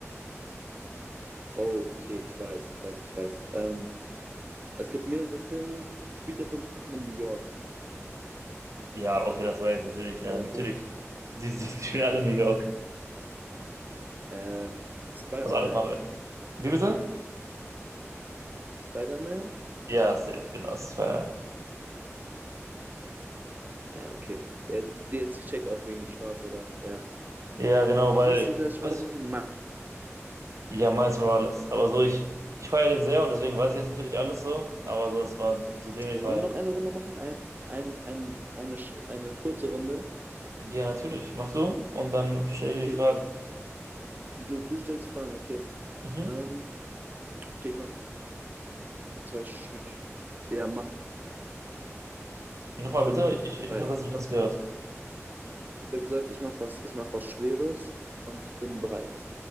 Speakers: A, on the right; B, on the right.
A: Oh, okay, ich weiß, ich weiß, ich weiß. Ähm, es gibt mehrere Filme. Spielt der Film in New York?
B: ja, okay, das war jetzt natürlich, ja,
A: Oder
B: natürlich.
A: wohnt?
B: Die, die, die spielen
A: Okay.
B: alle in New York,
A: Äh, Spider-Man.
B: also alle Marvel. Wie bitte?
A: Spider-Man?
B: Ja, safe, genau, Spider-Man.
A: Ah, Ja, okay. Ja, jetzt ich check auch wegen Schwarz, oder? Ja.
B: Ja, genau,
A: Wie
B: weil,
A: hieß dieser schwarze
B: was
A: noch? Miles
B: Ja, Miles Morales. Aber so, ich, ich feiere den sehr und deswegen weiß ich jetzt natürlich alles so. Aber so, es war so dämlich,
A: Morales.
B: weil,
A: Wollen wir noch eine Runde machen? Ein, ein, ein, eine, sch- eine kurze Runde?
B: ja, natürlich, mach du und dann stelle
A: Okay.
B: ich dir die Fragen.
A: Du, du stellst Fragen, okay.
B: Mhm.
A: Ähm, okay, ich mache was Schweres. Ja, mach.
B: Nochmal
A: Ich
B: bitte,
A: bin
B: ich, ich, ich
A: bereit.
B: habe das nicht ganz gehört.
A: Ich habe gesagt, ich mache was, ich mach was Schweres und ich bin bereit.